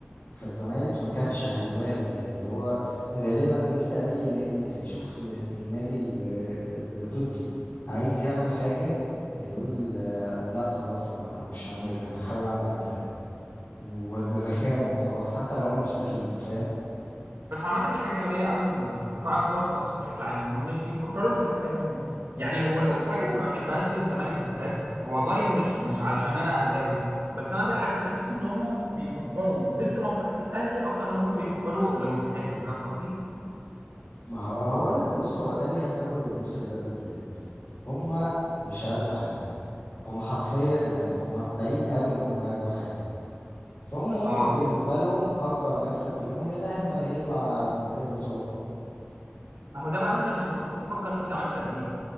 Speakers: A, on the left; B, on the right.
A: فالزمالك ما كانش هيوافق يعني اللي هو غالبا انت اي نادي هيشوف إن النادي اللي اللي ضده عايز يعمل حاجة هيقول آه، لا خلاص انا انا مش هعملها انا هحاول اعمل عكسها والرخامة وخلاص حتى لو انا مستفيد فاهم
B: بس عامة دي حاجة غبية قوي من من قطاع الكرة في مصر بشكل عام هم مش بيفكروا لمصلحتهم يعني و- وحاجة أنا ما بحبهاش في الزمالك بالذات والله مش مش علشان أنا أهلاوي بس أنا بالعكس بحس إن هم بيفكروا ضد مصلحة الأهلي أكتر ما هم بيفكروا لمصلحتهم فاهم قصدي؟
A: ما هو هقول لك بص هو ده ليها سبب الموسم ده بالذات هما مش هياخدوا حاجة هما حرفيا يعني هما بعيد قوي ان هما ياخدوا حاجة فهم ممكن
B: أه
A: بالنسبة لهم أكبر مكسب ليهم إن الأهلي ما يطلع من غير بطولة
B: ما هو ده بقى أنت مش المفروض تفكر فيه كمكسب ليه